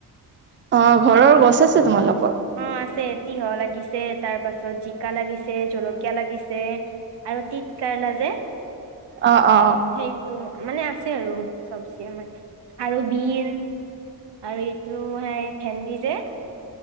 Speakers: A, on the right; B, on the right.
A: অ' ঘৰৰ গছ আছে তোমালোকৰ?
B: অ' আছে তিয়ঁহ লাগিছে তাৰ পাছত জিকা লাগিছে জলকীয়া লাগিছে। আৰু টিত কাৰালা যে।
A: অ -অ -অ
B: সেইটো মানে আছে আৰু চবজি আমাৰ আৰু বিন। আৰু ইটো হেই ভেন্দি যে